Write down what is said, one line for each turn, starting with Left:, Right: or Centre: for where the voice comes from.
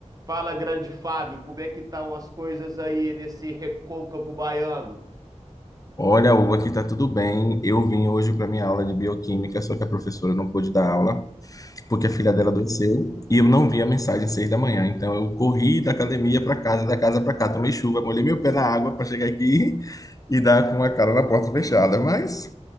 Right: Fala, grande Fábio, como é que estão as coisas aí nesse recôncavo baiano?
Left: Olha, Hugo, aqui tá tudo bem. Eu vim hoje para minha aula de bioquímica, só que a professora não pôde dar aula porque a filha dela adoeceu e eu não vi a mensagem às seis da manhã. Então eu corri da academia para casa, da casa para cá, tomei chuva, molhei meu pé na água para chegar aqui e dar com a cara na porta fechada. Mas